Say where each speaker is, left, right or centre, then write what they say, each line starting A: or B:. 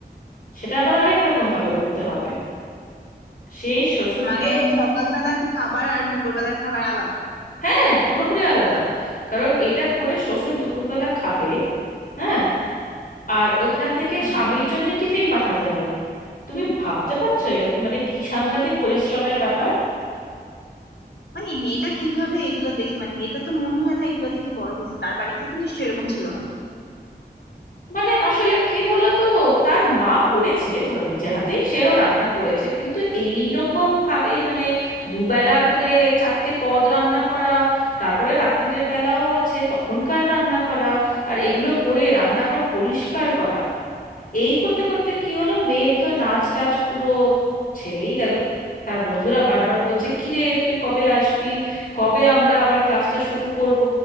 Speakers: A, on the left (about 55°); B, on the left (about 80°).
A: সেটা আবার আরেক রকম ভাবে করতে হবে সেই শ্বশুরকে
B: মানে সকালবেলার খাবার আর দুপুরবেলার খাবার আলাদা
A: হ্যাঁ পুরোপুরি আলাদা কারণ এইটা করে শ্বশুর দুপুরবেলা খাবে হ্যাঁ আর ওইখান থেকে
B: হুম
A: স্বামীর জন্য টিফিন পাঠাতে হবে তুমি ভাবতে পারছো এরকম মানে কি সাংঘাতিক পরিশ্রমের ব্যাপার
B: মানে মেয়েটা কিভাবে এগুলো দেখে মানে মেয়েটা তো মনে হয় না এগুলো দেখে বড় হয়েছে তার বাড়িতে তো নিশ্চয়ই এরকম ছিল না
A: মানে আসলে কি বলতো তার মা করেছে ধরো নিজে হাতেই সেও রান্না করেছে কিন্তু এই রকম ভাবে মানে দুবেলা করে চারটে পদ রান্না করা তারপরে রাত্তিরের বেলাও আছে তখনকার রান্না করা আর এগুলো করে রান্নাঘর পরিষ্কার করা এই করতে করতে কি হলো মেয়ের তো নাচ টাচ পুরো ছেড়েই গেল তার বন্ধুরা বারবার বলছে কিরে তুই কবে আসবি কবে আমরা আবার ক্লাসটা শুরু করব